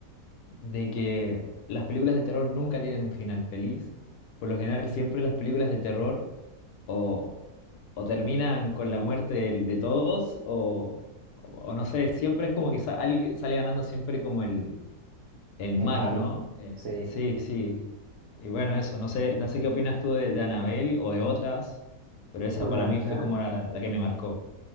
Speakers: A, on the left; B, on the right.
A: de que las películas de terror nunca tienen un final feliz. Por lo general, siempre las películas de terror o, o terminan con la muerte del- de, todos o, o no sé, siempre es como que sa- alguien sale ganando siempre como el el
B: El
A: malo,
B: malo.
A: ¿no? Eh,
B: Sí.
A: sí, sí. Y bueno, eso, no sé, no sé qué opinas tú de, de Anabel o de otras, pero esa
B: Pues
A: para
B: la
A: mí
B: verdad,
A: fue como la, la que me marcó.